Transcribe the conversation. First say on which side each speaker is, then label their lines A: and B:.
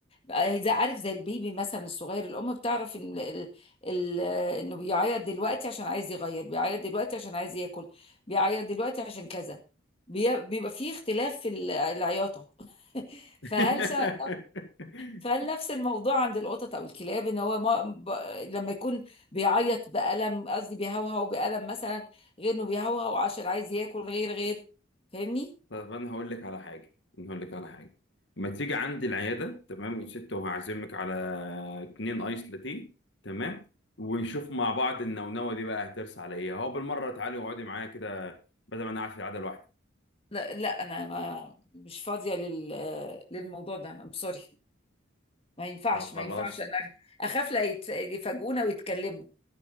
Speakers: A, on the left (about 30°); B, on the left (about 60°).
A: آه، زي عارف زي البيبي مثلا الصغير الام بتعرف ان ال- ال- انه بيعيط دلوقتي عشان عايز يغير بيعيط دلوقتي عشان عايز ياكل بيعيط دلوقتي عشان كذا بي- بيبقى فيه اختلاف في ال- العياطه <laughs>
B: <laughs>
A: فهل سا- فهل نفس الموضوع عند القطط او الكلاب ان هو ما ب... لما يكون بيعيط بألم قصدي بيهوهو بألم مثلا غير انه بيهوهو عشان عايز ياكل غير غير فاهمني
B: طب انا هقول لك على حاجه انا هقول لك على حاجه ما تيجي عندي العياده تمام يا ست وهعزمك على اتنين ايس لاتيه تمام ونشوف مع بعض النونوه دي بقى هترس على ايه اهو بالمره تعالي واقعدي معايا كده بدل ما انا قاعد في العياده لوحدي
A: لا لا انا ما مش فاضيه لل... للموضوع ده سوري ما ينفعش
B: طب خلاص
A: ما ينفعش انا اخاف لا يت- يفاجئونا ويتكلموا